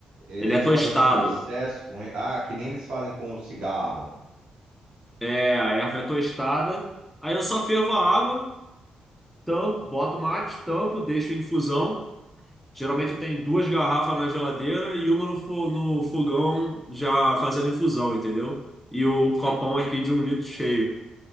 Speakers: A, on the right; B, in the centre.
A: ele-
B: Ele
A: eles
B: é tostado.
A: fazem algum processo com ele? Ah, que nem eles fazem com o cigarro.
B: É, a erva é tostada. Aí eu só fervo a água. tampo, boto o mate, tampo, deixo em infusão. Geralmente eu tenho duas garrafas na geladeira e uma no, fo- no fogão já fazendo infusão, entendeu? E o copão aqui de um litro cheio,